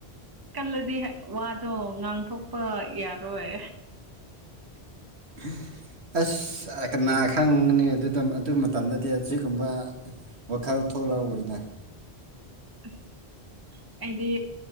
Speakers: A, on the right; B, on the right.
A: ꯀꯜꯂꯗꯤ ꯋꯥꯗꯣ ꯉꯥꯡꯊꯣꯛꯄ ꯌꯥꯔꯣꯏ
B: <inaudible> ꯑꯁ ꯀꯅꯥ ꯈꯪꯅꯤ ꯑꯗꯨꯗ ꯑꯗꯨ ꯃꯇꯝꯗ ꯑꯁꯤꯒꯨꯝꯕ ꯋꯥꯈꯜ ꯊꯣꯛꯂꯛꯑꯣꯏ ꯑꯣꯏꯅ
A: ꯑꯁ ꯑꯩꯗꯤ